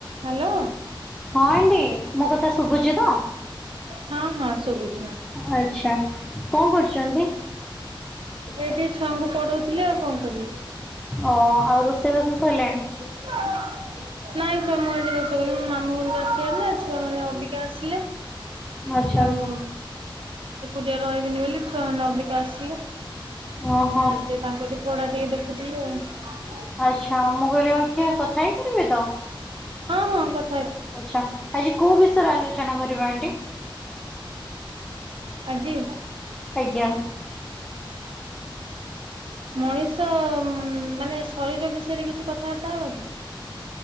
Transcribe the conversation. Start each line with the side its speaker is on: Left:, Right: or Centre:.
Right: Hello.
Centre: ହଁ ଏଣ୍ଡି ମୋ କଥା ଶୁଭୁଛି ତ?
Right: ହଁ ହଁ ସୁବୁଛି ମା।
Centre: ଆଚ୍ଛା କଣ କରୁଛନ୍ତି?
Right: ଏଇଠି ଛୁଆଙ୍କୁ ପଢଉଥିଲି ଆଉ କଣ କରିବି।
Centre: ଓ ଆଉ ରୋଷେଇବାସ ସଇ ଲାଣି?
Right: <unintelligible> ନାଇଁ ଛୁଆ ମୁଁ ଆଜି ରୋଷେଇ କଲିନି ମୁଁ ମାମୁଁ ଘରକୁ ଆସିଲେ ଛୁଆ ମାନେ ଅବିକା ଆସିଲେ।
Centre: ଆଚ୍ଛା ଆଚ୍ଛା
Right: ଆଉ ଏକୁଟିଆ ରହିବିନି ବୋଲି ଛୁଆ ମାନଙ୍କ <unintelligible> ଆସିଲେ।
Centre: ଓହୋ।
Right: ଆଉ ସେ ତାଙ୍କ <unintelligible> ପଢା ଟିକେ ଦେଖୁିଥିଲି ଆଉ।
Centre: ଆଚ୍ଛା ମୁଁ କହିଲି ଆଉ କିଏ କଥା ହେଇପାରିବେ ତ?
Right: ହଁ ହଁ କଥ
Centre: ଆଛା ଆଜି କୋଉ ବିଷୟରେ ଆଲୋଚନା କରିବା ଆଣ୍ଟି?
Right: ଆଜି?
Centre: ଆଜ୍ଞା।
Right: ମଣିଷ ମାନେ ଶରୀର ବିଷୟରେ କିଛି କଥାବାର୍ତ୍ତା ହବା କି?